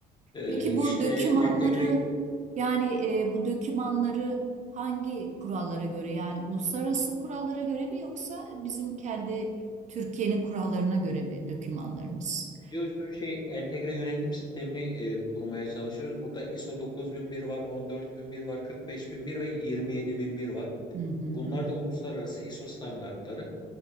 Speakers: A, on the left; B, on the right.
A: Ee,
B: Peki
A: işte
B: bu dökümanları
A: entegre
B: yani e, bu dökümanları hangi kurallara göre yani uluslararası kurallara göre mi yoksa bizim kendi Türkiye'nin kurallarına göre mi dökümanlarınız?
A: Biliyorsun şey entegre yönetim sistemini e, kurmaya çalışıyoruz. Burada ISO 9001 var, 14001 var, 45001 ve 27001 var.
B: Hı hı
A: Bunlar
B: hı.
A: da uluslararası ISO standartları.